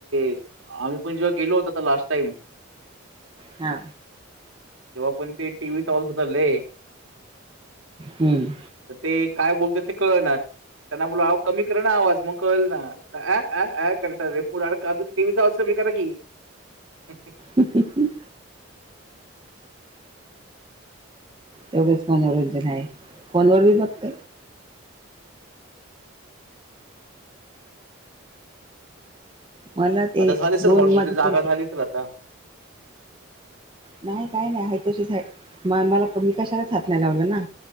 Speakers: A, on the right (about 75°); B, on the right (about 25°).
A: तेआम्ही पण जेव्हा गेलो होत तर लास्ट टाईम
B: हा
A: तेव्हा पण ते टीव्ही चालत होतले
B: हम्म
A: तर ते काय बोलत ते कळणार त्यांना बोलला हा कमी कर ना आवाज मग कल ना रे फ का सवाज ब का नी ह.
B: ह ह तेवढंच मनोरंजन आहे फोनवर बी बघत मला ते
A: आता झाले सल
B: दोन
A: हॉलम
B: माझे
A: जागा
B: पोरं
A: झाली असेल आता
B: नाही काही नाही ह तशीच म मला मी कशालाच हात नाही लावलं ना